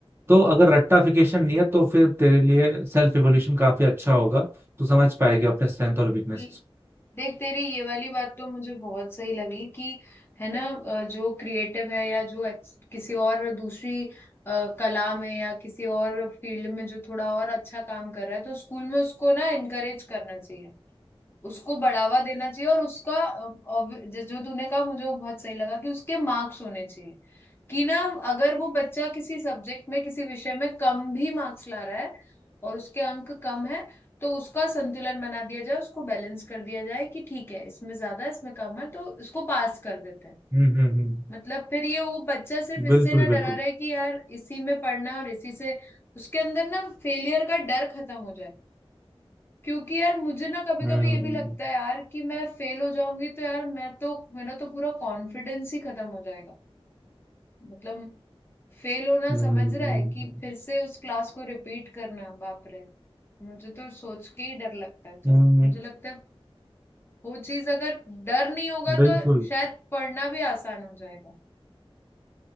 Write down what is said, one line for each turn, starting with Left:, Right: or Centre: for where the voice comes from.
Right: तो अगर रट्टाफिकेशन नहीं है तो फिर तेरे लिए सेल्फ इवोल्यूशन काफी अच्छा होगा तू समझ पाएगी अपने स्ट्रेंथ और वीकनेसेस
Left: ल- देख तेरी ये वाली बात तो मुझे बहुत सही लगी कि है ना अ, जो क्रिएटिव है या जो ex- किसी और दूसरी अ, कला में या किसी और फील्ड में जो थोड़ा और अच्छा काम कर रहा है तो स्कूल में उसको ना इनकरेज करना चाहिए उसको बढ़ावा देना चाहिए और उसका अ, obvi- जिस- जो तूने कहा मुझे वो बहुत सही लगा कि उसके मार्क्स होने चाहिए कि ना अगर वो बच्चा किसी सब्जेक्ट में किसी विषय में कम भी मार्क्स ला रहा है और उसके अंक कम है तो उसका संतुलन बना दिया जाए उसको बैलेंस कर दिया जाए कि ठीक है इसमें ज्यादा है, इसमें कम है तो इसको पास कर देते हैं
Right: हम्म हम्म हम्म
Left: मतलब फिर ये वो बच्चा सिर्फ इससे
Right: बिल्कुल
Left: ना
Right: बिल्कुल
Left: डरा रहे कि यार इसी में पढ़ना है और इसी से उसके अंदर ना फेलियर का डर खत्म हो जाए क्योंकि यार मुझे ना कभी
Right: हम्म
Left: कभी ये भी लगता है यार कि मैं फेल हो जाऊंगी तो यार मैं तो मेरा तो पूरा कॉन्फिडेंस ही खत्म हो जाएगा मतलब फेल होना
Right: हम्म
Left: समझ
Right: हम्म,
Left: रहा है कि फिर से उस क्लास को रिपीट करना बाप रे मुझे तो सोच के ही डर लगता है तो
Right: हम्म,
Left: मुझे लगता है वो चीज अगर डर नहीं होगा
Right: बिल्कुल
Left: तो शायद पढ़ना भी आसान हो जाएगा